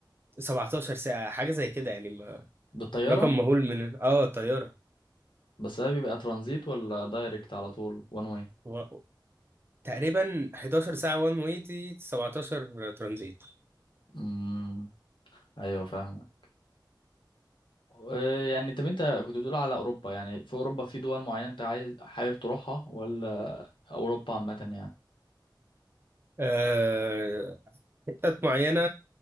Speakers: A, on the right (about 30°); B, on the left (about 75°).
A: 17 ساعة حاجة زي كده يعني ما-
B: بالطياره
A: رقم مهول من اه طيارة
B: بس ده بيبقى ترانزيت ولا دايركت على طول وان واي
A: و... تقريبا 11 ساعة وان واي دي 17 ترانزيت
B: امم ايوه فاهمك آه، يعني طب انت كنت بتقول على اوروبا يعني في اوروبا في دول معينه انت عايز حابب تروحها ولا اوروبا عامه يعني
A: آه... حتت معينة